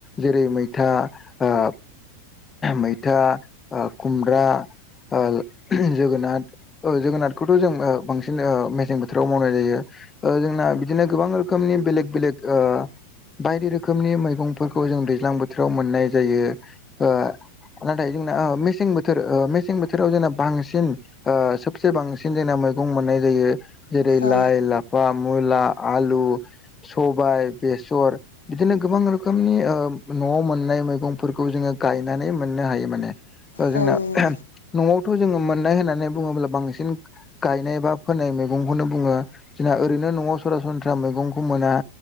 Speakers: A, on the left; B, on the left.
A: जेरै मैथा आ मैथा ओ खुमब्रा ओ जोगोनार ओ जोगोनारखौथ जों ओ बांसि न मेसें बोथोराव मावनाय जायो ओ जोंना बिदिनो गोबां रोखोमनि बेलेग बेलेग ओ बायदि रोखोमनि मैगं फोरखौ जों दैज्लां बोथोराव मोननाय जायो ओ नाथाय जोंना ओ मेसें बोथोर ओ मेसें बोथोराव जोंना बांसिन ओ सबसे बांसिन जोंना मैगं मोननाय जायो जेरै
B: औ
A: लाइ, लाफा, मुला, आलु, सबाइ, बेसर बिदिनो गोबां रोखोमनि ओ न'वाव मोननाय मैगंफोरखौ जोङो गायनानै मोननो हायो माने। ओ जोंना
B: औ औ
A: न'वावथ' जोङो मोननाय होननानै बुङोब्ला बांसिन गायनाय बा फोननाय मैगंखौनो बुङो जोंना ओरैनो न'वाव सरासनस्रा मैगंखौ मोना।